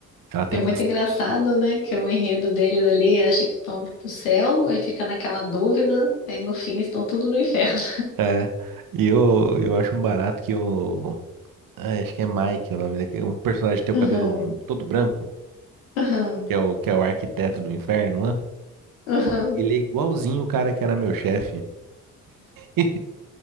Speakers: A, on the right; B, on the left.
A: Ela tem
B: É muito
A: bastante.
B: engraçado, né? Que o enredo deles ali acha que estão pro céu, aí fica naquela dúvida, aí no fim estão tudo no inferno.
A: É, e eu, eu acho um barato que o. ah, acho que é Mike o nome daquele. Um personagem que tem
B: <laughs>
A: o cabelo
B: Aham,
A: todo branco,
B: aham,
A: que é o, que é o arquiteto do inferno, né?
B: aham.
A: Ele é igualzinho o cara que era meu chefe. <laughs>